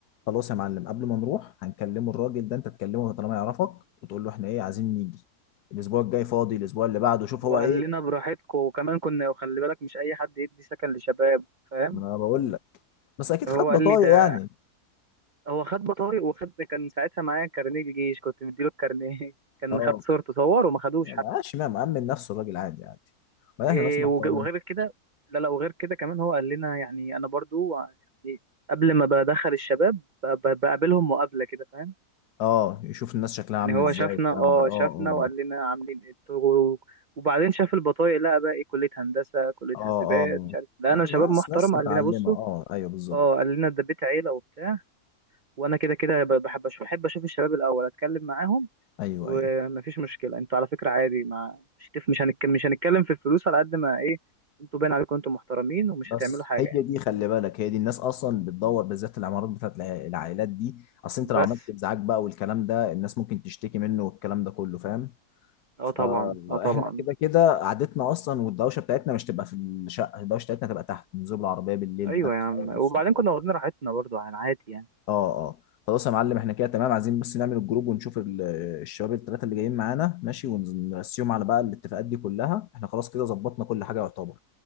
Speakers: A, on the left; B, on the right.
A: خلاص يا معلم قبل ما نروح هنكلمه الراجل ده انت تكلمه طالما يعرفك وتقول له احنا ايه عايزين نيجي الاسبوع الجاي فاضي الاسبوع اللي بعده شوف
B: وقال
A: هو ايه
B: لنا براحتكم وكمان كنا وخلي بالك مش اي حد يدي سكن لشباب فاهم
A: ما انا بقول لك بس اكيد
B: هو
A: خد بطايق
B: قال لي ده
A: يعني
B: هو خد بطايق وخد كان ساعتها معايا كارنيه جيش كنت مديله الكارنيه <laughs> كان
A: اه
B: خد صورته صور وما خدوش
A: ما
B: حتى
A: بقاش ما مأمن نفسه الراجل عادي عادي ما
B: إيه
A: احنا ناس محترمين
B: وج- وغير كده لا لا وغير كده كمان هو قال لنا يعني انا برضو يعني قبل ما بدخل الشباب ب- ب- بقابلهم مقابلة كده فاهم
A: اه يشوف الناس شكلها
B: يعني
A: عامل
B: هو
A: ازاي
B: شافنا
A: الكلام
B: اه
A: ده اه
B: شافنا
A: اه
B: وقال لنا عاملين ايه انتوا؟ وبعدين شاف البطايق لقى بقى ايه كلية هندسة كلية
A: اه
B: حاسبات
A: اه
B: مش عارف لقينا
A: لا،
B: شباب
A: ناس
B: محترم
A: ناس متعلمة
B: قال لنا بصوا
A: اه ايوه بالظبط
B: اه قال لنا ده بيت عيلة وبتاع وانا كده كده ب- بحب أشوف- بحب اشوف الشباب الاول اتكلم معاهم
A: ايوه
B: ومفيش
A: ايوه
B: مشكله انتوا على فكره عادي ما مش هتف... مش هنتكلم مش هنتكلم في الفلوس على قد ما ايه انتوا باين عليكم انتوا محترمين ومش
A: بس
B: هتعملوا حاجه
A: هي
B: يعني
A: دي خلي بالك هي دي الناس اصلا بتدور بالذات العمارات بتاعت الع- العائلات دي اصل انت لو
B: بس
A: عملت ازعاج بقى والكلام ده الناس ممكن تشتكي منه والكلام ده كله فاهم
B: اه طبعا
A: آه
B: اه طبعا
A: احنا كده كده قعدتنا اصلا والدوشه بتاعتنا مش تبقى في الشقه الدوشه بتاعتنا تبقى تحت نزول العربيه بالليل
B: ايوه
A: بقى نتفرج
B: يا عم وبعدين
A: والصبح.
B: كنا واخدين راحتنا برضو عن عادي يعني
A: اه اه خلاص يا معلم احنا كده تمام عايزين بس نعمل الجروب ونشوف ال- الشباب الثلاثه اللي جايين معانا ماشي ونرسيهم على بقى الاتفاقات دي كلها احنا خلاص كده ظبطنا كل حاجه يعتبر